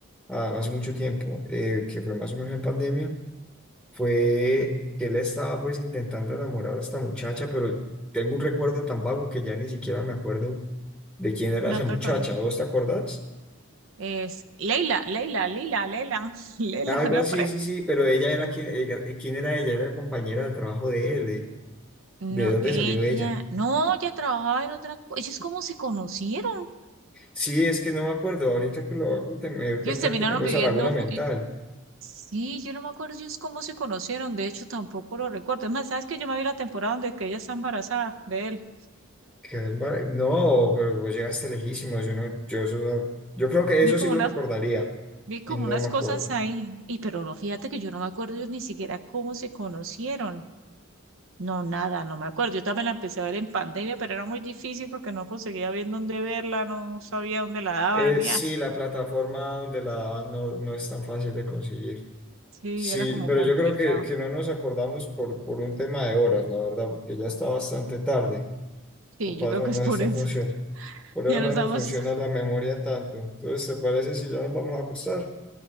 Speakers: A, in the centre; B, on the right.
A: ah, hace mucho tiempo, eh, que fue más o menos en pandemia, fue que él estaba pues intentando enamorar a esta muchacha, pero tengo un recuerdo tan vago que ya ni siquiera me acuerdo de quién era
B: No
A: esa muchacha,
B: te acuerdas.
A: ¿vos te acordás?
B: Es Leila, Leila, Lila, Leila, <laughs> Leila,
A: Algo
B: no,
A: así,
B: por él.
A: sí, sí, pero ella era quien, ella- eh, ¿quién era ella? Era compañera del trabajo de él, eh,
B: No,
A: ¿De dónde
B: ella,
A: salió ella?
B: no, ella trabajaba en otra cosa. Ellos cómo se conocieron.
A: Sí, es que no me acuerdo. Ahorita que lo hago, te me doy
B: Ellos
A: cuenta
B: terminaron
A: que tengo
B: viviendo.
A: esa laguna
B: ju-
A: mental.
B: Sí, yo no me acuerdo ellos cómo se conocieron. De hecho, tampoco lo recuerdo. Es más, ¿sabes que Yo me vi la temporada donde que ella está embarazada de él.
A: Quedé embar- No, pero vos llegaste lejísimos. Yo, no- yo, eso no- yo creo que
B: Vi
A: eso
B: como
A: sí lo
B: una,
A: recordaría
B: vi como
A: y no
B: unas
A: me acuerdo.
B: cosas ahí. Y pero no, fíjate que yo no me acuerdo ellos ni siquiera cómo se conocieron. No, nada, no me acuerdo. Yo también la empecé a ver en pandemia, pero era muy difícil porque no conseguía bien dónde verla, no sabía dónde la daban.
A: Eh,
B: Y,
A: sí,
B: ay,
A: la plataforma donde la daban no, no es tan fácil de conseguir.
B: sí,
A: Sí,
B: era como
A: pero
B: complicado.
A: yo creo que, que no nos acordamos por, por un tema de horas, la verdad, porque ya está bastante tarde.
B: Sí,
A: Capaz
B: yo creo
A: no
B: que
A: nos
B: es por
A: está
B: eso.
A: funcionando.
B: <laughs>
A: Por
B: Ya
A: eso
B: nos
A: no nos
B: damos.
A: funciona la memoria tanto. Entonces, ¿te parece si ya nos vamos a acostar?